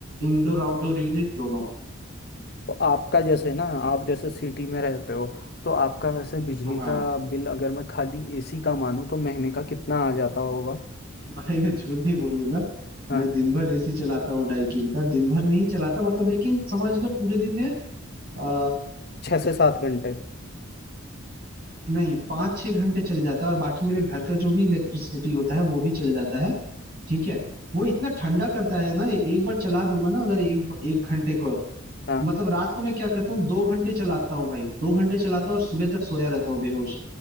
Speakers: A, on the right; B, on the left.
A: इंडोर आउटडोर यूनिट दोनों
B: तो आपका जैसे ना आप जैसे सिटी में रहते हो तो आपका वैसे बिजली
A: हाँ
B: का बिल अगर मैं खाली एसी का मानूं तो महीने का कितना आ जाता होगा
A: भाई मैं झूठ नहीं बोलूंगा
B: हाँ
A: मैं दिन भर एसी चलाता हूँ डाइकिन का दिन भर नहीं चलाता मतलब लेकिन समझ लो पूरे दिन में आ,
B: छः से सात घंटे
A: नहीं पाँच छह घंटे चल जाता है और बाकी मेरे घर का जो भी इलेक्ट्रिसिटी होता है वो भी चल जाता है ठीक है वो इतना ठंडा करता है ना ए- एक बार चला दूंगा ना अगर एक एक घंटे को
B: हाँ
A: मतलब रात को मैं क्या करता हूँ दो घंटे चलाता हूँ भाई दो घंटे चलाता हूँ और सुबह तक सोया रहता हूँ बेहोश